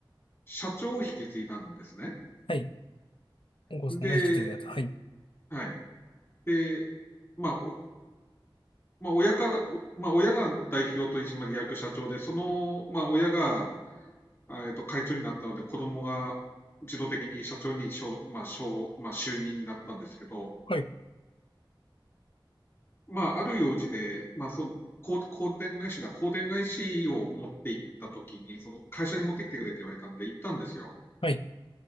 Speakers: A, on the left; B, on the left.
A: 社長を引き継いだんですね。
B: はい。お子さんが引き継いだやつ。
A: で、
B: はい、
A: はい。で、まあ、おまあ、親から、おまあ、親が代表取締役社長で、その、まあ、親が、あえっと、会長になったので、子供が自動的に社長に、しょうまあ、しょうまあ、就任になったんですけど、
B: はい、
A: まあ、ある用事で、まあ、その、こう香典返しだ、香典返しを持って行った時に、その会社に持ってきてくれって言われたんで、行ったんですよ。
B: はい、